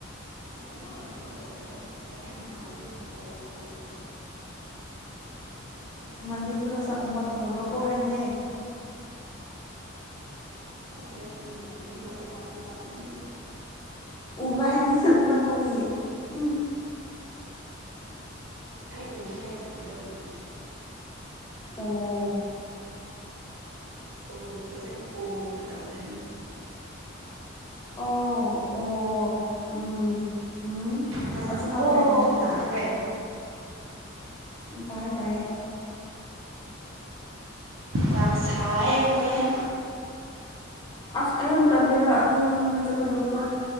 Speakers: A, on the right (about 85°); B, on the left (about 20°).
A: ꯑꯗꯨ ꯑꯣꯏꯔꯁꯨ ꯌꯥꯏꯌꯦ ꯑꯩꯁꯨ ꯅꯥꯍꯟꯁꯨ ꯑꯗꯨꯃꯥꯏꯅ ꯇꯧꯋꯦ ꯍꯥꯏꯕꯗꯨ ꯏꯃꯥꯟꯅꯕꯤ
B: ꯏꯃꯥꯟꯕꯤ
A: ꯈꯣꯏꯗꯣ
B: ꯈꯔ
A: ꯊꯣꯡꯕ
B: ꯆꯥꯛ ꯊꯣꯡꯕ꯭ꯔꯥ
A: ꯊꯦꯡꯅꯕ꯭ꯔꯀꯣ
B: ꯊꯣꯡꯅꯕ꯭ꯔꯥꯀꯣ ꯍꯥꯏꯕꯅꯦ
A: ꯈꯪꯗꯦ ꯑꯩꯁꯨ ꯏꯃꯥꯟꯅꯥꯕꯤꯕꯨ ꯑꯩ ꯄꯥꯏꯁꯨ ꯄꯥꯏꯗꯅꯥ
B: ꯎꯕ꯭ꯔꯥ ꯍꯥꯏꯕꯅꯤꯗ ꯃꯄꯥꯟ ꯊꯣꯛꯄꯒꯤ ꯎꯝ
A: ꯑꯩ ꯎꯅꯤꯉꯥꯏ ꯆꯠꯇꯕꯒꯤ ꯎꯗꯦ
B: ꯑꯣ
A: ꯑꯣ ꯐꯖꯅ ꯎꯍꯧꯕꯗꯣ ꯈꯣꯏꯅꯦ
B: ꯑꯣ ꯑꯣ ꯎꯝ ꯎꯝ
A: ꯐꯖꯅ
B: ꯑꯁꯤ ꯉꯥꯛꯇꯅꯦ
A: ꯑꯣ
B: ꯑꯩꯅ ꯍꯥꯏꯕꯗꯤ
A: ꯇꯥꯈ꯭ꯔꯦ
B: ꯇꯥꯌꯦ ꯇꯥꯏꯌꯦ
A: ꯌꯥꯝ ꯁꯥꯏꯌꯦ
B: ꯑꯁ ꯑꯩ ꯌꯥꯝ ꯇꯜꯂꯦꯗ ꯑꯗꯨ ꯌꯨꯝꯗ ꯆꯠꯀꯗꯕꯗꯣ